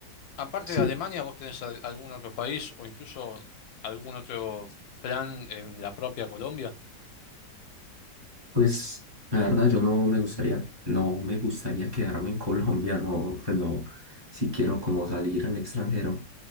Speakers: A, on the left; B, on the right.
A: Aparte
B: sí,
A: de Alemania, ¿vos tenés al- algún otro país o incluso algún otro plan en la propia Colombia?
B: pues la verdad yo no me gustaría, no me gustaría quedarme en Colombia, no, pues no, si quiero como salir al extranjero.